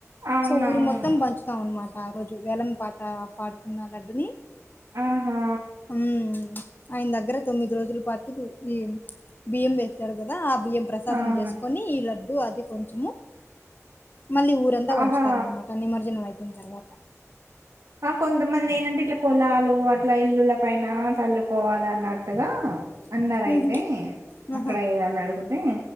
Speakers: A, on the right; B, on the left.
A: అవునవును
B: సో ఊర్ మొత్తం పంచుతాం అన్నమా ట ఆ రోజు వేలం పాట పాడుకున్న లడ్డుని
A: ఆహా
B: హ్మ్ ఆయన దగ్గర తొమ్మిది రోజుల పాటు ఈ బియ్యం వేస్తారు కదా ఆ బియ్యం ప్రసాదం
A: అవును
B: చేస్కొని ఈ లడ్డు అది కొంచము మళ్ళీ ఊరంతా పంచుతారన్మాట
A: ఆహా
B: నిమజ్జనం అయిన తర్వా
A: ఆ కొంతమంది ఏంటంటే ఇట్ల పొలాలు అట్లా ఇల్లుల పైన చల్లుకోవాలన్న నట్టుగా అన్నార్ అయితే
B: ఉహు, ఆహా
A: అక్కడ అయ్యగార్ నడుగుతే